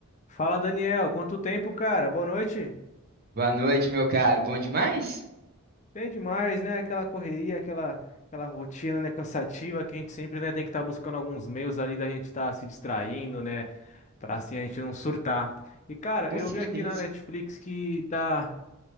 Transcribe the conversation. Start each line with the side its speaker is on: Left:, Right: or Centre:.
Left: Fala, Daniel. Quanto tempo, cara? Boa noite.
Right: Boa noite, meu caro. Bom demais?
Left: Bem demais, né? Aquela correria, aquela, aquela rotina, né? Cansativa que a gente sempre, né, tem que estar buscando alguns meios ali da gente estar se distraindo, né? Pra assim a gente não surtar. E, cara,
Right: Com
Left: eu
Right: certeza.
Left: vi aqui na Netflix que tá.